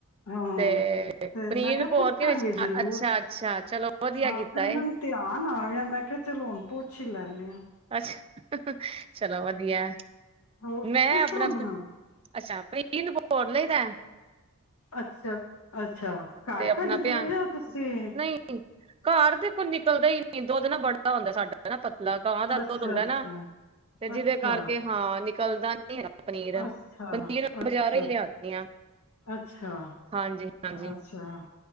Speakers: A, on the left (about 85°); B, on the right (about 25°).
A: ਹਾਂ
B: ਤੇ ਪਨੀਰ
A: ਮੈਂ ਕਿਹਾ
B: ਭੋਰ
A: ਪੁੱਛਾਂਗੇ
B: ਕੇ ਵਿੱਚ,
A: ਜ਼ਰੂਰ
B: ਅੱਛਾ, ਅੱਛਾ, ਚਲੋ ਵਧੀਆ
A: ਹਾਂ
B: ਕੀਤਾ।
A: ਫਿਰ ਮੈਨੂੰ ਧਿਆਨ ਆ ਗਿਆ ਮੈਂ ਕਿਹਾ, ਚਲੋ ਹੁਣ ਪੁੱਛ ਹੀ ਲੈਂਦੇ ਹਾਂ।
B: ਅੱਛਾ, ਚਲੋ ਵਧੀਆ।
A: ਹੋਰ
B: ਮੈਂ
A: ਕਿਸ
B: ਆਪਣਾ
A: ਤਰ੍ਹਾਂ ਬਣਾ
B: ਅੱਛਾ, ਪਨੀਰ ਨੂੰ ਭੋਰ ਲਈ ਦਾ।
A: ਅੱਛਾ, ਅੱਛਾ। ਘਰ
B: ਤੇ ਆਪਣਾ
A: ਕੱਢਦੇ
B: ਪਿਆ
A: ਹੋ ਜਾਂ ਤੁਸੀਂ
B: ਨਹੀਂ ਘਰ ਦੇ ਕੋਈ ਨਿਕਲਦਾ ਹੀ ਨਹੀ ਦੁੱਧ ਨਾ ਬੜਾ ਹੁੰਦਾ ਸਾਡਾ ਨਾ ਪਤਲਾ। ਲੱਗਾ ਹੁੰਦਾ।
A: ਅੱਛਾ
B: ਦੁੱਧ ਹੁੰਦਾ
A: ਅੱਛਾ
B: ਨਾ, ਤੇ ਜਿਹਦੇ
A: ਅੱਛਾ
B: ਕਰਕੇ ਹਾਂ। ਨਿਕਲਦਾ ਨੀ ਪਨੀਰ।
A: ਅੱਛਾ,
B: ਪਨੀਰ
A: ਅੱਛਾ,
B: ਬਜ਼ਾਰੋਂ ਹੀ ਲਿਆਦੀ ਆ।
A: ਅੱਛਾ,
B: ਹਾਂਜੀ-ਹਾਂਜੀ
A: ਅੱਛਾ।